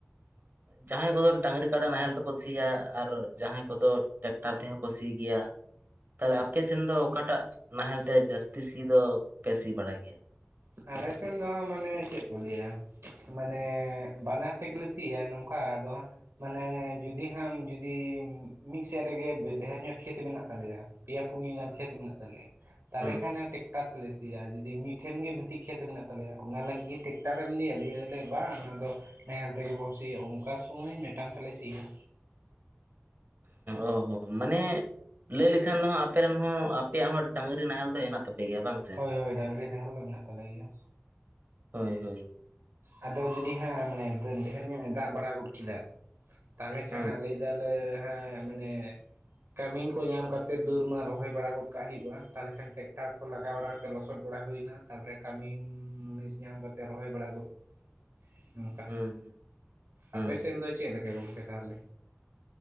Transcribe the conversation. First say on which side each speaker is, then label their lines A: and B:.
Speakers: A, on the right; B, on the right.
A: ᱡᱟᱦᱟᱸᱭ ᱠᱚᱫᱚ ᱰᱟᱹᱝᱨᱤ ᱠᱟᱰᱟ ᱱᱟᱦᱮᱞ ᱛᱮᱠᱚ ᱥᱤᱭᱟ ᱟᱨ ᱡᱟᱦᱟᱸᱭ ᱠᱚᱫᱚ ᱴᱨᱟᱠᱴᱟᱨ ᱛᱮᱦᱚᱸ ᱠᱚ ᱥᱤ ᱜᱮᱭᱟ᱾ ᱛᱟᱦᱚᱞᱮ ᱟᱯᱮ ᱥᱮᱱ ᱫᱚ ᱚᱠᱟᱴᱟᱜ ᱱᱟᱦᱮᱞ ᱛᱮ ᱡᱟᱹᱥᱛᱤ ᱥᱤ ᱫᱚ ᱯᱮ ᱥᱤ ᱵᱟᱲᱟᱭ ᱜᱮᱭᱟ᱾
B: ᱟᱞᱮᱥᱮᱱ ᱫᱚ ᱢᱟᱱᱮ ᱪᱮᱫ ᱠᱚ ᱞᱟᱹᱭᱟ᱾ ᱢᱟᱱᱮ ᱵᱟᱱᱟᱨ ᱛᱮᱜᱮᱞᱮ ᱥᱤᱭᱟ ᱱᱚᱝᱠᱟ ᱟᱫᱚ ᱢᱟᱱᱮ ᱡᱩᱫᱤ ᱦᱟᱢ ᱡᱩᱫᱤ ᱢᱤᱫ ᱥᱮᱫ ᱨᱮᱜᱮ ᱰᱷᱮᱨ ᱧᱚᱜ ᱠᱷᱮᱛ ᱢᱮᱱᱟᱜ ᱛᱟᱞᱮᱭᱟ᱾ ᱯᱮᱭᱟ ᱯᱩᱱᱭᱟᱹ ᱜᱟᱱ ᱠᱷᱮᱛ ᱢᱮᱱᱟᱜ ᱛᱟᱞᱮᱭᱟ᱾ ᱛᱟᱦᱞᱮ
A: ᱦᱮᱸ
B: ᱠᱷᱟᱱᱮ ᱴᱮᱠᱴᱟᱨ ᱛᱮᱞᱮ ᱥᱤᱭᱟᱼᱟ, ᱡᱩᱫᱤ ᱢᱤᱫᱴᱷᱮᱱ ᱜᱮ ᱠᱟᱹᱡ ᱠᱷᱮᱛ ᱢᱮᱱᱟᱜ ᱛᱟᱞᱮᱭᱟ᱾ ᱚᱱᱟ ᱞᱟᱹᱜᱤᱫ ᱴᱮᱠᱴᱟᱨᱮᱢ ᱤᱫᱤᱭᱟ ᱞᱟᱹᱭ ᱫᱟᱞᱮ ᱵᱟᱝ ᱚᱱᱟ ᱫᱚ ᱱᱟᱦᱮᱞ ᱛᱮᱜᱮ ᱵᱚᱱ ᱥᱤᱭᱟ᱾ ᱚᱱᱠᱟ ᱥᱚᱢᱚᱭ ᱱᱮᱛᱟᱱ ᱛᱮᱞᱮ ᱥᱤᱭᱟ᱾
A: ᱚ ᱦᱚᱸ ᱢᱟᱱᱮ ᱞᱟᱹᱭ ᱞᱮᱠᱷᱟᱱ ᱫᱚ ᱦᱟᱸᱜ ᱟᱯᱮ ᱨᱮᱱ ᱦᱚᱸ ᱟᱯᱮᱭᱟᱜ ᱦᱚᱸ ᱰᱟᱝᱨᱤ ᱱᱟᱦᱮᱞ ᱫᱚ ᱦᱮᱱᱟᱜ ᱛᱟᱯᱮ ᱜᱮᱭᱟ ᱵᱟᱝ? ᱥᱮ?
B: ᱦᱳᱭ ᱦᱳᱭ, ᱰᱟᱹᱝᱨᱤ ᱱᱟᱦᱮᱞ ᱫᱚ ᱢᱮᱱᱟᱜ ᱛᱟᱞᱮ ᱜᱮᱭᱟ᱾
A: ᱦᱳᱭ ᱦᱳᱭ
B: ᱟᱫᱚ ᱡᱩᱫᱤ ᱦᱟᱸᱜ ᱢᱟᱱᱮ ᱰᱷᱮᱨ ᱧᱚᱜ ᱮ ᱫᱟᱜ ᱵᱟᱲᱟ ᱜᱚᱫ ᱠᱮᱫᱟ᱾ ᱛᱟᱞᱦᱮ ᱠᱷᱟᱱ
A: ᱦᱮᱸ
B: ᱦᱟᱸᱜ ᱞᱟᱹᱭ ᱫᱟᱞᱮ ᱦᱟᱸᱜ ᱢᱟᱱᱮ ᱠᱟᱹᱢᱤᱱ ᱠᱚ ᱧᱟᱢ ᱠᱟᱛᱮ ᱫᱩᱨ ᱢᱟ ᱨᱚᱦᱚᱭ ᱵᱟᱲᱟ ᱜᱚᱫᱠᱟᱜ ᱦᱩᱭᱩᱜᱼᱟ ᱛᱟᱞᱦᱮ ᱠᱷᱟᱱ ᱴᱮᱠᱴᱟᱨ ᱠᱚ ᱞᱟᱜᱟᱜᱼᱟ ᱫᱟᱠᱟᱣ ᱵᱟᱲᱟ ᱠᱟᱛᱮ ᱞᱚᱥᱚᱫ ᱵᱟᱲᱟ ᱦᱩᱭᱱᱟ ᱛᱟᱯᱚᱨᱮ ᱠᱟᱹᱢᱤᱻ ᱢᱩᱱᱤᱥ ᱧᱟᱢ ᱠᱟᱛᱮ ᱨᱚᱦᱚᱭ ᱵᱟᱲᱟ ᱜᱚᱫ ᱱᱚᱝᱠᱟ
A: ᱦᱩᱸ
B: ᱦᱟᱸᱜ
A: ᱦᱩᱸ
B: ᱟᱯᱮ ᱥᱮᱱ ᱫᱚ ᱪᱮᱫ ᱞᱮᱠᱟ ᱜᱚᱝᱠᱮ ᱛᱟᱦᱚᱞᱮ